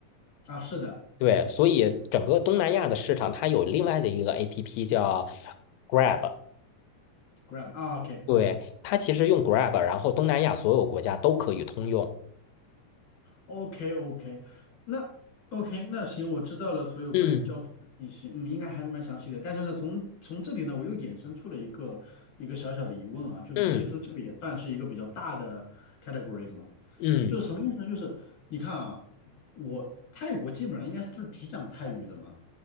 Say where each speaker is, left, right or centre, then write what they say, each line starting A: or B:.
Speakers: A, on the left; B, on the left.
A: 啊，是的
B: 对，所以整个东南亚的市场，它有另外的一个 APP 叫 Grab，
A: ，Grab 啊，OK。
B: 对，它其实用 Grab，然后东南亚所有国家都可以通用。
A: OK OK，那 OK 那行，我知道了所有关于交通的信息，
B: 嗯
A: 嗯，应该还是蛮详细的。但是呢，从从这里呢，我又衍生出了一个一个小小的疑问啊，就是其实这个也算是一个比较大的
B: 嗯
A: category 的嘛，
B: 嗯，
A: 就是什么意思呢？就是你看啊，我泰国基本上应该就只讲泰语的嘛，